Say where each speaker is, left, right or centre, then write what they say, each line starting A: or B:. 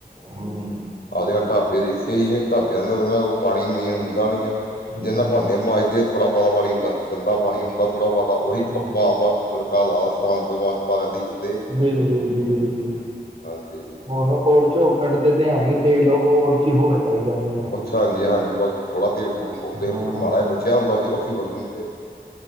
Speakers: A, on the right; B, on the left.
A: ਹੂੰ
B: ਅੱਜ-ਕੱਲ ਢਾਬੇ ਦੇਖੇ ਹੀਏ ਢਾਬਿਆਂ ਦੇ ਉਹਨਾਂ ਕੋਲ ਪਾਣੀ ਮੇਨ ਹੁੰਦਾ ਨੀ ਆ।
A: ਹੂੰ
B: ਜਿਹਨਾ ਭਾਂਡੇ ਮਾਂਜਦੇ ਥੋੜਾ ਬਹੁਤਾ ਵਣੀ <unintelligible> ਗੰਦ ਗੰਦਾ ਪਾਣੀ ਹੁੰਦਾ ਥੋੜ੍ਹਾ ਬਹੁਤਾ ਉਹੀ
A: ਹੂੰ
B: ਵਾਹ-ਵਾਹ ਤੜਕਾ ਲਾ ਸਵਾਦ <unintelligible> ਵਗ ਪਾਕੇਦਈ ਜਾਂਦੇ।
A: ਬਿਲਕੁਲ ਜੀ ਬਿਲਕੁਲ
B: ਹਾਂਜੀ
A: ਹੋਰ ਔਰ ਚੋ ਕੱਢਦੇ ਤੇ ਹੈ ਨ ਤੇਲ ਉਹ ਔਰਚੀ ਹੋਰ ਪਾਈ ਜਾਂਦੇ ਨੇ।
B: ਹਾਂਜੀ-ਹਾਂਜੀ ਭਾਜੀ ਥੋੜਾ ਤੇਲ ਪੋਦੇ
A: ਹਾਂ
B: ਮਾੜਾ ਬਚਿਆ ਹੁੰਦਾ ਸੀ ਉਥੇ ਸੁੱਟ ਦਿੰਦੇ।